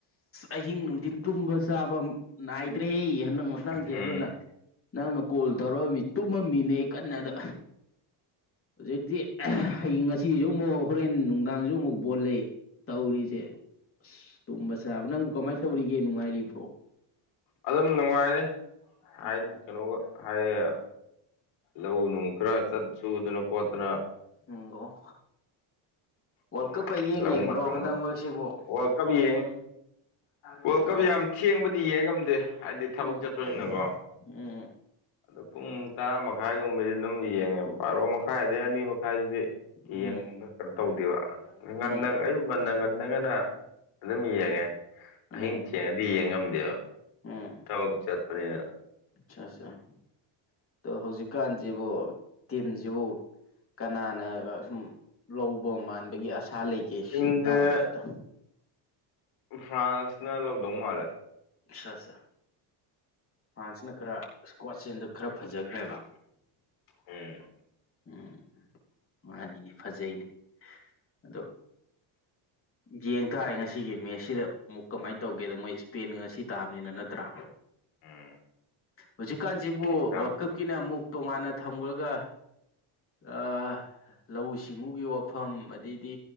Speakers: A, on the left; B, on the left.
A: ꯑꯍꯤꯡ ꯅꯨꯡꯊꯤꯟ ꯇꯨꯝꯕ ꯆꯥꯕ ꯅꯥꯏꯗ꯭ꯔꯦ ꯍꯟꯗꯛ ꯃꯇꯥꯡꯁꯦ
B: ꯎꯝ
A: ꯑꯗꯨꯅ ꯅꯪꯅ ꯀꯣꯜ ꯇꯧꯔꯃꯤ ꯇꯨꯝꯃꯝꯃꯤꯅꯦ ꯑꯩ ꯀꯟꯅꯗ ꯍꯧꯖꯤꯛꯇꯤ ꯍꯌꯦꯡ ꯉꯁꯤꯁꯨ ꯑꯃꯨꯛ ꯍꯣꯔꯦꯟ ꯅꯨꯡꯗꯥꯡꯁꯨ ꯑꯃꯨꯛ ꯕꯣꯜ ꯂꯩ ꯇꯧꯔꯤꯁꯦ ꯑꯁ ꯇꯨꯝꯕ ꯆꯥꯕ ꯅꯪꯕꯨ ꯀꯃꯥꯏ ꯇꯧꯔꯤꯒꯦ ꯅꯨꯡꯉꯥꯏꯔꯤꯕ꯭ꯔꯣ
B: ꯑꯗꯨꯝ ꯅꯨꯡꯉꯥꯏꯔꯦ
A: ꯎꯝ
B: ꯍꯥꯏ ꯀꯩꯅꯣꯒ ꯍꯥꯏꯌꯦ ꯂꯧ ꯅꯨꯡ ꯈꯔ ꯆꯠ ꯁꯨꯗꯅ ꯈꯣꯠꯇꯅ
A: ꯎꯝ ꯑꯣ ꯋꯥꯔꯜ
B: <unintelligible>
A: ꯀꯞꯀ ꯌꯦꯡ
B: ꯂꯧ
A: ꯌꯦꯡꯗ꯭ꯔꯣ
B: ꯃꯇꯝꯅ
A: ꯍꯟꯗꯛ ꯃꯔꯛꯁꯤꯕꯨ
B: ꯋꯥꯔ꯭ꯜꯀꯞ ꯌꯦꯡꯉꯦ꯫ ꯋꯥꯔꯜ
A: ꯑꯣ
B: ꯀꯞ ꯌꯥꯝ ꯊꯦꯡꯕꯗꯤ ꯌꯦꯡ ꯉꯝꯗꯦ ꯍꯥꯏꯗꯤ ꯊꯕꯛ
A: ꯎꯝ
B: ꯆꯠꯄꯅꯤꯅꯀꯣ
A: ꯎꯝ
B: ꯑꯗꯣ ꯄꯨꯡ ꯇꯔꯥ ꯃꯈꯥꯏꯒꯨꯝꯕꯗꯤ ꯑꯗꯨꯝ ꯌꯦꯡꯉꯦꯕ ꯕꯥꯔꯣ ꯃꯈꯥꯏ ꯗꯩ ꯑꯅꯤ ꯃꯈꯥꯏ ꯈꯥꯏꯕꯗꯤ
A: ꯎꯝ
B: ꯌꯦꯡꯕ ꯀꯩꯅꯣ ꯇꯧꯗꯦꯕ ꯉꯟꯅ
A: ꯎꯝ
B: ꯑꯌꯨꯛ ꯉꯟꯅ ꯉꯟꯅ ꯉꯟꯂꯒꯅ ꯑꯗꯨꯝ ꯌꯦꯡꯉꯦ
A: ꯎꯝ
B: ꯑꯍꯤꯡ ꯊꯦꯡꯉꯗꯤ ꯌꯦꯡꯉꯝ ꯗꯦ
A: ꯎꯝ
B: ꯊꯕꯛ ꯆꯠꯄꯅꯤꯅ
A: ꯑꯆꯥ ꯑꯆꯥ ꯑꯗꯣ ꯍꯧꯖꯤꯛꯀꯥꯟꯁꯤꯕꯨ ꯇꯤꯝꯁꯤꯕꯨ ꯀꯅꯥꯅꯒꯥ ꯁꯨꯝ ꯂꯧꯕ ꯃꯥꯟꯕꯒꯤ ꯑꯁꯥ ꯂꯩꯒꯦ ꯁꯤ
B: ꯌꯨꯝꯁꯦ
A: ꯏꯅꯥꯎꯒꯤ ꯃꯣꯠꯇ
B: ꯐ꯭ꯔꯥꯟꯁꯅ ꯂꯧꯗꯧ ꯃꯥꯜꯂꯦ
A: ꯑꯠꯁꯥ ꯑꯠꯁꯥ ꯐ꯭ꯔꯥꯟꯁꯅ ꯈꯔ ꯏꯁꯀ꯭ꯋꯥꯠꯁꯦ ꯍꯟꯗꯛ ꯈꯔ ꯐꯖꯈ꯭ꯔꯦꯕ
B: ꯎꯝ
A: ꯎꯝ ꯃꯥꯅꯤꯅꯦ ꯐꯖꯩꯅꯦ ꯑꯗꯣ ꯌꯦꯡ ꯇꯥꯔꯦ ꯉꯁꯤꯒꯤ ꯃꯦꯠꯁꯁꯤꯗ ꯑꯃꯨꯛ ꯀꯃꯥꯏꯅ ꯇꯧꯒꯦꯗ ꯃꯣꯏ ꯏꯁꯄꯦꯟꯒ ꯉꯁꯤ ꯇꯥꯕꯅꯤꯅ ꯅꯠꯇ꯭ꯔꯥ
B: ꯎꯝ
A: ꯍꯧꯖꯤꯛꯀꯥꯟꯁꯤꯕꯨ
B: ꯑꯦꯛꯖꯥꯝ
A: ꯋꯥꯔꯜ ꯀꯞ ꯀꯤꯅ ꯑꯃꯨꯛ ꯇꯣꯉꯥꯟꯅ ꯊꯝꯒꯔꯒ ꯑ ꯂꯧꯎ ꯁꯤꯡꯎꯒꯤ ꯋꯥ ꯃꯐꯝ ꯑꯗꯩꯗꯤ